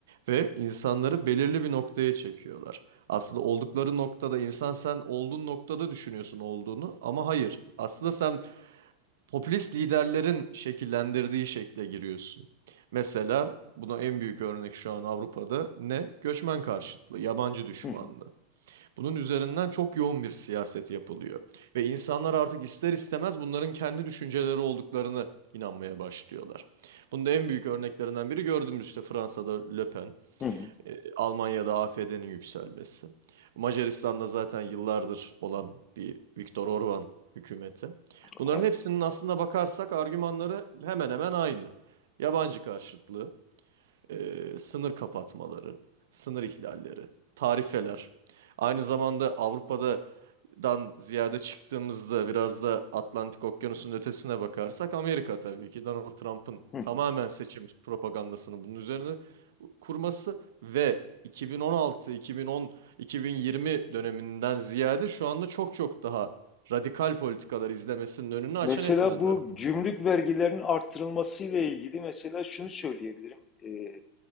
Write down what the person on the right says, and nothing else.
Ve insanları belirli bir noktaya çekiyorlar. Aslında oldukları noktada insan sen olduğun noktada düşünüyorsun olduğunu ama hayır. Aslında sen popülist liderlerin şekillendirdiği şekle giriyorsun. Mesela buna en büyük örnek şu an Avrupa'da ne? Göçmen karşıtlığı, yabancı düşmanlığı.
Bunun üzerinden çok yoğun bir siyaset yapılıyor. Ve insanlar artık ister istemez bunların kendi düşünceleri olduklarını inanmaya başlıyorlar. Bunda en büyük örneklerinden biri gördüğümüz işte Fransa'da Le Pen.
E, Almanya'da AfD'nin yükselmesi. Macaristan'da zaten yıllardır olan bir Viktor Orban hükümeti. Bunların
hepsinin aslında bakarsak argümanları hemen hemen aynı. Yabancı karşıtlığı, e, sınır kapatmaları, sınır ihlalleri, tarifeler. Aynı zamanda Avrupa'dan ziyade çıktığımızda biraz da Atlantik Okyanusu'nun ötesine bakarsak Amerika tabii ki Donald Trump'ın
tamamen seçim propagandasını bunun üzerine kurması ve 2016, 2010, 2020 döneminden ziyade şu anda çok çok daha radikal politikalar izlemesinin önünü açan
etmenler
oldu.